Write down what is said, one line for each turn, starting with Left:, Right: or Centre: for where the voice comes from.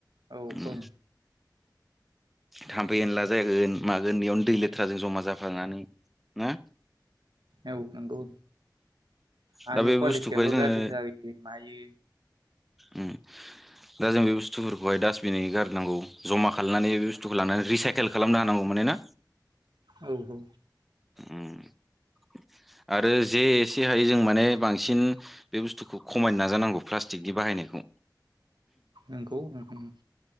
Right: औ ओं
Centre: उम। थाम्फै एनला जागोन मागोन बेयावनो दै लेथ्राजों जमा जाफानानै ना?
Right: औ। नंगौ हानि
Centre: दा बे
Right: क्वालिटियाबो
Centre: बुस्थुखौहाय जोङो
Right: गाज्रि जायो मायो।
Centre: उम दा जों बे बुस्थुफोरखौहाय डास्टबिनै गारनांगौ जमा खालायनानै बे बुस्थुखौ लांनानै रिसाइकेल खालामनो हानांगौ माने ना?
Right: औ औ
Centre: उम आरो जे एसे हायो जों माने बांसिन बे बुस्थुखौ खमायनो नाजानांगौ प्लास्टिकनि बाहायनायखौ
Right: नोंगौ नोंथां उम।